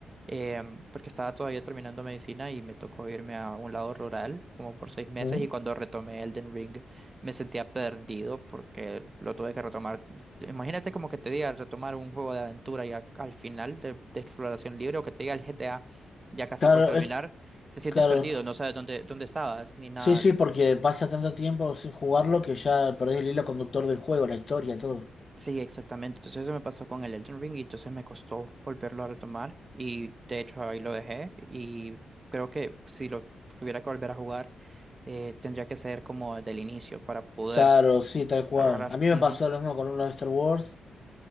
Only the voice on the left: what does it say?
ujú.
Claro,
es
claro.
Sí, sí, porque pasa tanto tiempo sin jugarlo que ya perdés el hilo conductor del juego, la historia, todo.
Claro, sí, tal cual.
A mí me
pasó lo mismo con uno de Star Wars